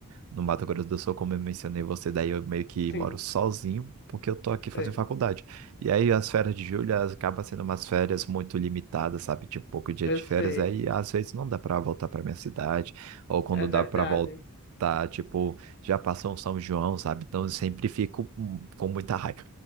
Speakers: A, on the right; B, on the left.
A: no Mato Grosso do Sul, como eu mencionei você, daí eu meio que
B: sim,
A: moro sozinho, porque eu tô aqui fazendo
B: sei,
A: faculdade. E aí as férias de julho elas acabam sendo umas férias muito limitadas, sabe? Tipo, pouco dia
B: eu
A: de
B: sei,
A: férias, aí às vezes não dá pra voltar pra minha cidade ou quando
B: é verdade.
A: dá para tá, tipo, já passou um São João, sabe? Então eu sempre fico hum, com muita raiva.